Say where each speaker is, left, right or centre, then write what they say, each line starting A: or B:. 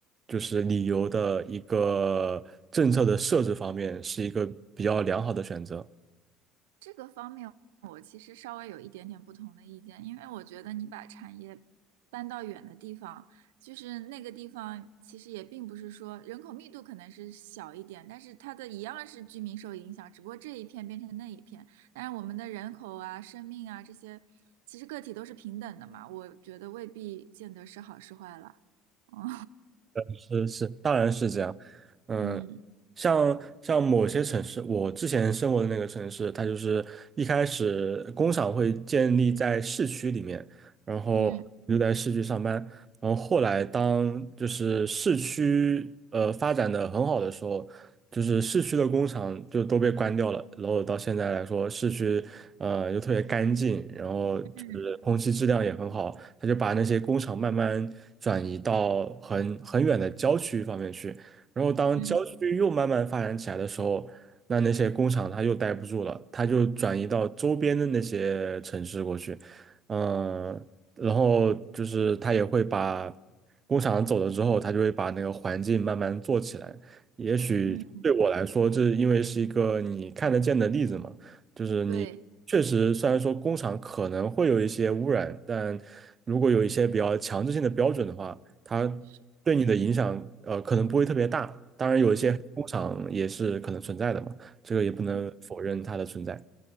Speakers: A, on the right; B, on the right.
A: 就是理由的一个政策的设置方面，是一个比较良好的选择。
B: 这个方面我其实稍微有一点点不同的意见，因为我觉得你把产业搬到远的地方，就是那个地方其实也并不是说人口密度可能是小一点，但是它的一样是居民受影响，只不过这一片变成那一片。但是我们的人口啊、生命啊这些，其实个体都是平等的嘛，我觉得未必见得是好是坏了。<laughs> 哦，
A: 是是，当然是这样。嗯，
B: 嗯
A: 像像某些城市，我之前生活的那个城市，它就是一开始工厂会建立在市区里面，然后你就在市区上班。
B: 嗯
A: 然后后来当就是市区呃发展的很好的时候，就是市区的工厂就都被关掉了，然后到现在来说，市区呃又特别干净，然后就是空气质量也很好，
B: 嗯
A: 他就把那些工厂慢慢转移到很很远的郊区方面去，然后当郊区又慢慢发展起来的时候。
B: 嗯
A: 那那些工厂它又待不住了，它就转移到周边的那些城市过去，嗯。然后就是他也会把工厂走了之后，他就会把那个环境慢慢做起来。也许对我来说，
B: 嗯，
A: 这因为是一个你看得见的例子嘛，就是你确实虽然说工厂可能会有一些污染，
B: 对，
A: 但如果有一些比较强制性的标准的话，它
B: 是，
A: 对你的影响呃可能不会特别大。当然，有一些工厂也是可能存在的嘛，
B: 对，
A: 这个也不能否认它的存在。
B: 嗯